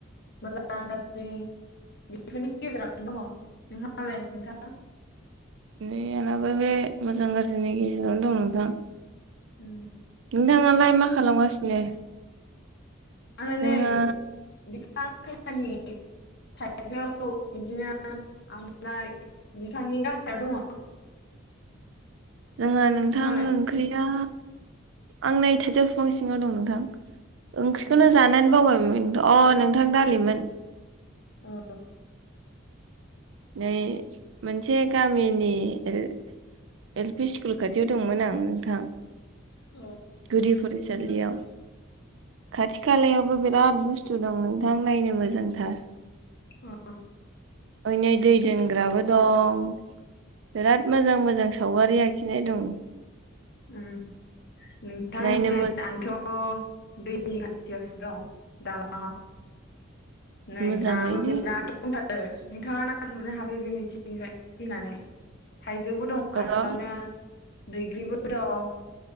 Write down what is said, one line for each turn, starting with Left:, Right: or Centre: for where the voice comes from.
Left: मोजां गाज्रि बेफोरनि गेजेरावनो दङ नोंहालाय नोंथाङा
Right: नै आंनाबो बे मोजां गाज्रिनि गेजेरावनो दं नोंथां
Left: उम
Right: नोंथांङालाय मा खालामगासिनो
Left: आंङो
Right: जोंहा
Left: नै बिफां सायहानि थाइजौ इदिनो आमलाइ बिफांनि गाहायाव दङ
Right: जोंहा नोंथां
Left: नोंथाङालाय?
Right: ओंख्रिया आं नै थाइजौ बिफां सिङाव दं नोंथां। ओंख्रिखौनो
Left: उम,
Right: जानानै बावबाय। अ नोंथां दालिमोन।
Left: औ।
Right: नै मोनसे गामिनि एल एल-पि स्कुल खाथियाव दंमोन आं नोंथां।
Left: अ
Right: गुदि फरायसालियाव।
Left: मोजां
Right: खाथि खालायावबो बिराद बुस्थु दं नोंथां नायनो मोजांथार।
Left: अ।
Right: <unintelligible> दै दोनग्राबो दं बिराद मोजां मोजां सावगारि आखिनाय दं।
Left: उम नोंथां
Right: नायनो
Left: <inaudible> आंथ' दैनि खाथियावसो दं दालाङाव। नै
Right: मोजाङैनो
Left: नाबो बिराद दंथार <inaudible> नोंथाङा ना गुरनो हाफैगोन <unintelligible> थिंजाय फैनानै। थाइजौबो दं खाथियावनो।
Right: र'
Left: बैग्रिबो दं